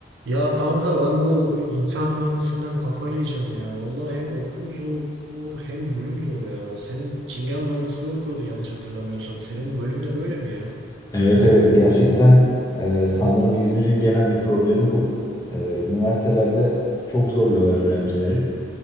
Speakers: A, on the right; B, on the left.
A: Ya kanka ben bu inşaat mühendisinden kafayı yiyeceğim ya. Vallahi hem okul zor hem bölüm zor ya. Senin kimya mühendisliği okuyordun yanlış hatırlamıyorsam. Senin bölüm de böyle mi ya?
B: Evet evet gerçekten eee, sanırım İzmir'in genel bir problemi bu. Eee, üniversitelerde çok zorluyorlar öğrencileri.